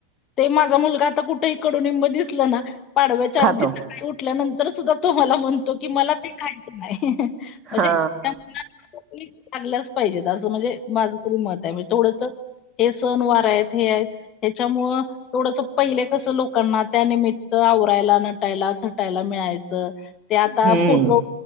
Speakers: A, on the left; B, on the right.
A: ते माझा मुलगा आता कुठही कडूनिंब दिसल ना पाडव्याच्या
B: खातो
A: आधीच. सकाळी उठल्यानंतर सुद्धा तो मला म्हणतो की मला ते खायचं नाय हं हं. म्हणजे
B: हा
A: त्या <unintelligible> खाल्याचं पाहिजेत असं म्हणजे माझ तरी मत हाय म्हणजे थोडसं. हे सणवार हायत हे हायत ह्याच्यामुळं. थोडसं पहिले कसं लोकांना त्यानिमित्त आवरायला नटायला थटायला मिळायचं. ते आता
B: हम्म.
A: फोटो.